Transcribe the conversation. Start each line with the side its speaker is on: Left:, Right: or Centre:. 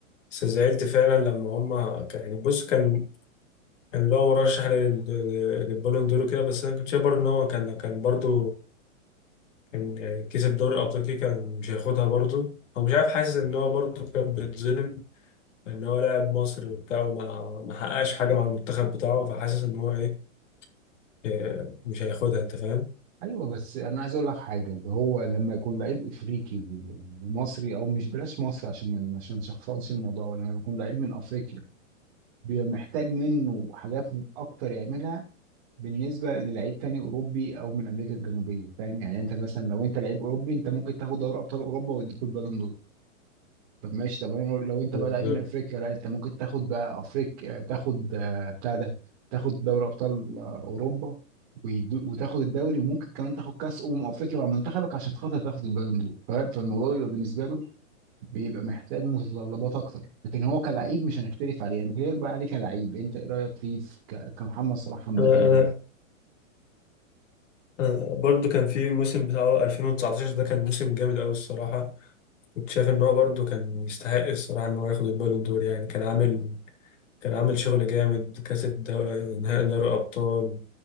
Left: بس زعلت فعلا لما هما كان يعني بص كان كان اللي هو مرشح لل- لل- للبالون دور كده بس انا كنت شايف برضه ان هو كان كان برضه كان يعني كسب دوري الابطال كده كان مش هياخدها برضه هو مش عارف حاسس ان هو برضه كان بيتظلم ان هو لاعب مصري وبتاع وما ما حققش حاجه مع المنتخب بتاعه فحاسس ان هو ايه إيه، مش هياخدها انت فاهم
Right: ايوه بس انا عايز اقول لك حاجه اللي هو لما يكون لعيب افريقي ومصري او مش بلاش مصري عشان ما عشان شخصنش الموضوع ولا لما يكون لعيب من افريقيا بيبقى محتاج منه حاجات اكتر يعملها بالنسبه للعيب تاني اوروبي او من امريكا الجنوبيه فاهم يعني انت مثلا لو انت لعيب اوروبي انت ممكن تاخد دوري ابطال اوروبا ويديك البالون دور طب ماشي طب انا لو لو انت
Left: بالظبط
Right: بقى لعيب من افريقيا لا انت ممكن تاخد بقى افريقيا تاخد آه، بتاع ده تاخد دوري ابطال آه، اوروبا ويدو- وتاخد الدوري وممكن كمان تاخد كاس امم افريقيا مع منتخبك عشان خاطر تاخد البالون دور فاهم؟ فالموضوع بيبقى بالنسبه له بيبقى محتاج متطلبات اكتر لكن هو كلعيب مش هنختلف عليه يعني بكلمك بقى عليه كلعيب انت ايه رايك فيه في ك- كمحمد صلاح عامه
Left: انا
Right: يعني
Left: انا أنا برضو كان في موسم بتاعه 2019 ده كان موسم جامد قوي الصراحه كنت شايف ان هو برضو كان يستحق الصراحه ان هو ياخد البالون دور يعني كان عامل كان عامل شغل جامد كسب دو- نهائي دوري ابطال